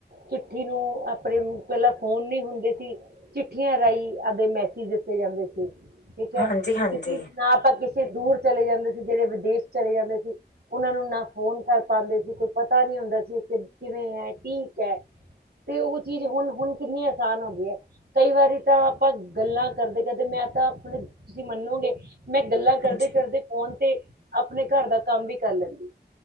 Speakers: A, on the right; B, on the left.
A: ਚਿੱਠੀ ਨੂੰ ਆਪਣੇ ਪਹਿਲਾਂ ਫੋਨ ਨਹੀਂ ਹੁੰਦੇ ਸੀ ਚਿੱਠੀਆਂ ਰਾਹੀਂ ਆਪਦੇ ਮੈ। ਦਿੱਤੇ ਜਾਂਦੇ ਸੀ ਠੀਕ ਹੈ।
B: ਹਾਂਜੀ ਹਾਂਜੀ
A: ਕਿ ਨਾ ਆਪਾਂ ਕਿਸੇ। ਕੇ ਦੂਰ ਚਲੇ ਜਾਂਦੇ ਸੀ ਜਿਹੜੇ ਵਿਦੇਸ਼ ਚਲੇ ਜਾਂਦੇ ਸੀ ਉਹਨਾਂ ਨੂੰ ਨਾ। ਫੋਨ ਕਰ ਪਾਉਂਦੇ ਸੀ ਕੋਈ ਪਤਾ ਨਹੀਂ ਹੁੰਦਾ ਸੀ ਕਿਵੇਂ ਹੈ। ਠੀਕ ਹੈ। ਤੇ ਉਹ ਚੀਜ਼ ਹੁਣ ਹੁਣ ਕਿੰਨੀ ਆਸਾਨ ਹੋ ਗਈ ਹੈ। ਕਈ ਵਾਰੀ ਤਾਂ ਆਪਾਂ। ਗੱਲਾਂ ਕਰਦੇ ਕਰਦੇ ਮੈਂ ਤਾਂ ਆਪਣੇ ਤੁਸੀਂ ਮੰਨੋਗੇ ਮੈਂ ਗੱਲਾਂ
B: ਹਾਂਜੀ
A: ਕਰਦੇ ਕਰਦੇ। ਫੋਨ ਤੇ ਆਪਣੇ ਘਰ ਦਾ ਕੰਮ ਵੀ ਕਰ ਲੈਂਦੀ।